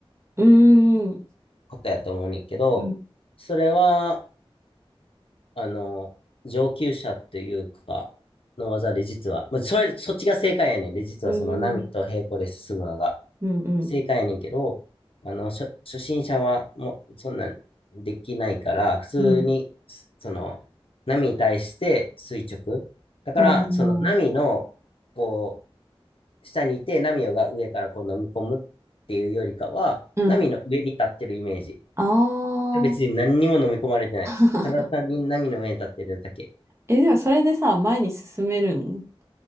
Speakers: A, on the right; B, on the left.
A: うん、うん、
B: ことやと思うねんけど、
A: うん、
B: それは、あの、上級者というか、の技で実は、まあ、それ、そっちが正解やねんで、実はその波と平行で進むのが
A: うん、うん、
B: 正解やねんけど、あの、初、初心者はもうそんなんできないから、普通に、
A: うん、
B: その、波に対して垂直。だから、
A: ああー、
B: その波の、こう、下にいて、波が上からこう飲み込むっていうよりかは、
A: うん、
B: 波の上に立ってるイメージ。
A: ああ、
B: 別に何にも飲み込まれてない。
A: <laughs>
B: ただ単に波の上に立ってるだけ。
A: え、でもそれでさ、前に進めるん